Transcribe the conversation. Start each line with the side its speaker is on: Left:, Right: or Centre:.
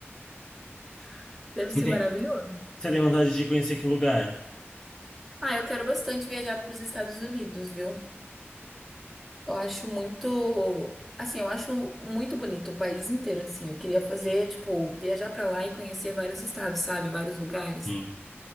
Centre: <laughs> Deve
Left: Você
Centre: ser
Left: tem,
Centre: maravilhoso.
Left: você tem vontade de conhecer que lugar?
Centre: Ah, eu quero bastante viajar para os Estados Unidos, viu? Eu acho muito, assim, eu acho muito bonito o país inteiro em si. Eu queria fazer, tipo, viajar para lá e conhecer vários estados, sabe? Vários lugares.
Left: Sim.